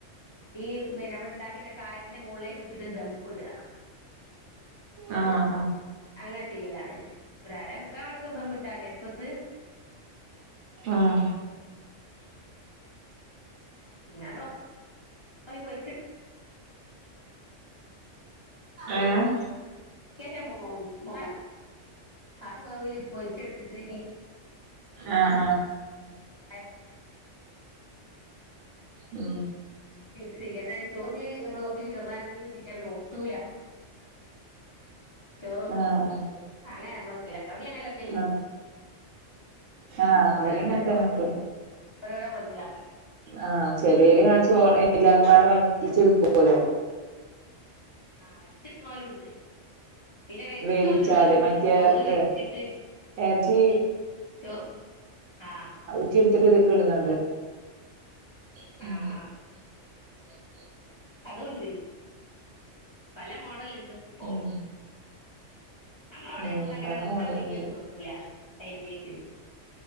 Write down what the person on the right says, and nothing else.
ആഹ് ആഹ് ആഹ് ആഹ്
ആഹ്
ഏഹ്
ആഹ് ആഹ്
ഉം
ആഹ് ആഹ്
ആഹ് ആഹ്
ഇവടിം
ഇങ്ങൻത്തന്നെ വെക്കല്
ആഹ് ചെലൊരു ആ ചോ എല്ലതും പാടെ വറ്റിച്ചെടുക്കോലോ
വേവിച്ചാതെ
മറ്റേ
ഇത്
എറച്ചി
<inaudible>
ഉം
ഉം
പല
മോഡല്ണ്ട്